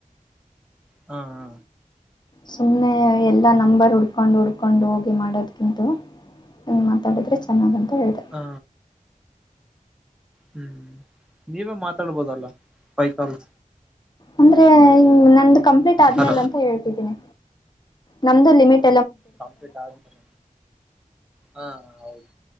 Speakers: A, in the centre; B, on the left (about 30°).
A: ಹಾ ಹಾ
B: ಸುಮ್ನೆ ಎಲ್ಲಾ ನಂಬರ್ ಹುಡ್ಕೊಂಡು ಹುಡ್ಕ ಕಕೊಂಡು ಹೋಗಿ ಮಾಡೋದಕ್ಕಿಂತ ಮಾತಾಡಿದ್ರೆ ಚೆನ್ನಾಗಂತ ಹೇಳಿದೆ
A: ಹ ಹ್ಮ್ ನೀವೇ ಮಾತಾಡ್ಬೋದಲ್ಲ ಕೈಕಾಲ್
B: ಅಂದ್ರೆ ನ ಕಂಪ್ಲೀಟ್ ಆದ್ಮೇಲೆ
A: ಹಲೋ
B: ಅಂತ ಹೇಳ್ತಿದ್ದೀನಿ ನಮ್ದು ಲಮಿಟ್
A: ಕಂಪ್ಲೀಟ್ ಆದ ಹಾ ಹೌದು